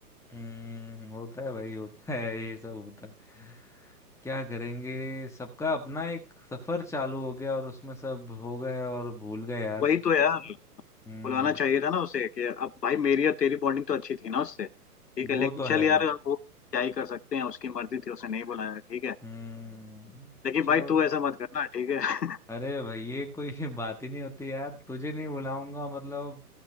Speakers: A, in the centre; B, on the left.
A: हम्म होता है भाई होता है ये सब होता है क्या करेंगे सबका अपना एक सफर चालू हो गया और उसमें सब हो गए और भूल गए यार
B: वही
A: सबको
B: तो यार
A: हम्म
B: बुलाना चाहिए था ना उसे कि अब भाई मेरी और तेरी बॉन्डिंग तो अच्छी थी ना उससे ठीक
A: वो
B: है लेकिन
A: तो है
B: चल यार
A: यार
B: वो क्या ही कर सकते हैं उसकी मर्जी थी उसे नहीं बुलाया ठीक है
A: हम्म
B: लेकिन
A: छोड़
B: भाई तू ऐसा मत करना ठीक है
A: अरे भाई ये कोई <laughs> बात ही नहीं होती यार तुझे नहीं बुलाऊंगा मतलब